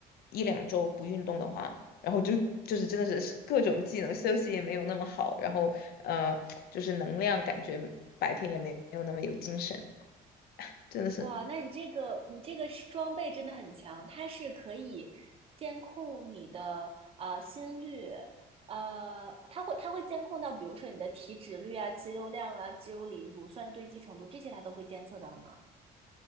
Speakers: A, on the left; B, on the right.
A: 一两周不运动的话，然后就。就是真的是各种技能，休息也没有那么好，然后呃，就是能量感觉白天也没没有那么有精神，真的是
B: 哇，那你这个你这个是装备真的很强，它是可以监控你的呃心率，呃，它会它会监控到，比如说你的体脂率啊、肌肉量啊、肌肉里乳酸堆积程度这些，它都会监测到吗？